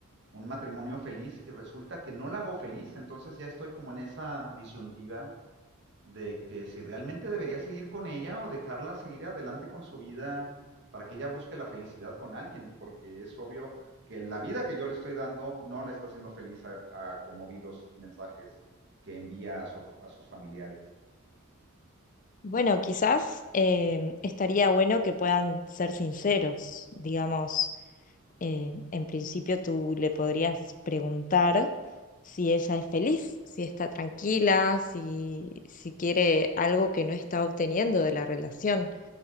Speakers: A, on the right; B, on the left.
A: un matrimonio feliz y resulta que no la hago feliz, entonces ya estoy como en esa disyuntiva de que si realmente debería seguir con ella o dejarla seguir adelante con su vida para que ella busque la felicidad con alguien, porque es obvio que la vida que yo le estoy dando no la está haciendo feliz a, a como vi los mensajes que envía a, su- a sus familiares.
B: Bueno, quizás eh, estaría bueno que puedan ser sinceros. Digamos, eh, en principio tú le podrías preguntar si ella es feliz, si está tranquila, si, si quiere algo que no está obteniendo de la relación.